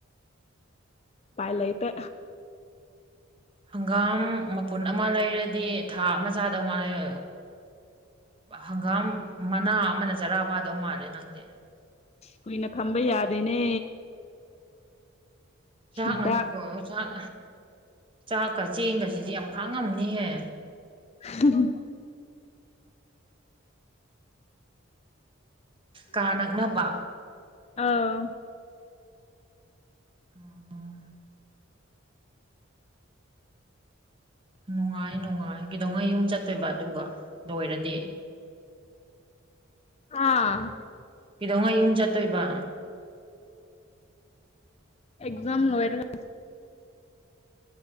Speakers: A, on the left; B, on the right.
A: ꯎꯄꯥꯏ ꯂꯩꯇꯦ
B: ꯍꯪꯒꯥꯝ ꯃꯄꯨꯟ ꯑꯃ ꯂꯩꯔꯗꯤ ꯊꯥ ꯑꯃ ꯆꯥꯗꯧ ꯃꯥꯜꯂꯦ ꯍꯪꯒꯥꯝ ꯃꯅꯥ ꯑꯃꯅ ꯆꯔꯥ ꯐꯥꯗꯧ ꯃꯥꯜꯂꯦ ꯅꯪꯗꯤ
A: ꯀꯨꯏꯅ ꯊꯝꯕ ꯌꯥꯗꯦꯅꯦ
B: ꯆꯥꯛꯅ
A: ꯍꯤꯗꯥꯛ
B: ꯆꯥꯛ ꯆꯥꯛꯀ ꯆꯦꯡꯒꯁꯤꯗꯤ ꯌꯥꯝ ꯈꯥꯡꯉꯝꯅꯤꯍꯦ
A: ꯎꯝ
B: ꯀꯥ ꯅꯛꯅꯕ
A: ꯑꯧ
B: <inaudible> ꯅꯨꯡꯉꯥꯏ ꯅꯨꯡꯉꯥꯏ ꯀꯩꯗꯧꯉꯩ ꯌꯨꯝ ꯆꯠꯇꯣꯏꯕ ꯑꯗꯨꯒ ꯂꯣꯏꯔꯗꯤ
A: ꯍꯥ
B: ꯀꯩꯗꯧꯉꯩ ꯌꯨꯝ ꯆꯠꯇꯣꯏꯕ
A: ꯑꯦꯛꯖꯥꯝ ꯂꯣꯏꯔꯒ